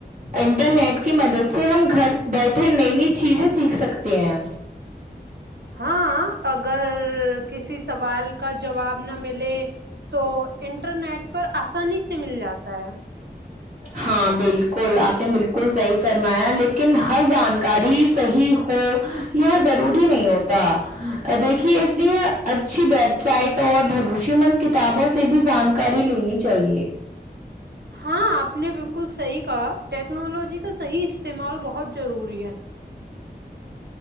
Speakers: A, on the right; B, on the right.
A: انٹرنیٹ کی مدد سے ہم گھر بیٹھے نئی نئی چیزیں سیکھ سکتے ہیں
B: ہاں اگر کسی سوال کا جواب نہ ملے تو انٹرنیٹ پر آسانی سے مل جاتا ہے
A: ہاں بالکل آپ نے بالکل صحیح فرمایا لیکن ہر جانکاری صحیح ہو یہ ضروری نہیں ہوتا دیکھیے اس لیے اچھی ویب سائٹ اور بھرپوس شی مند کتابوں سے بھی جانکاری لینی چاہیے
B: ہاں آپ نے بالکل صحیح کہا ٹیکنالوجی کا صحیح استعمال بہت ضروری ہے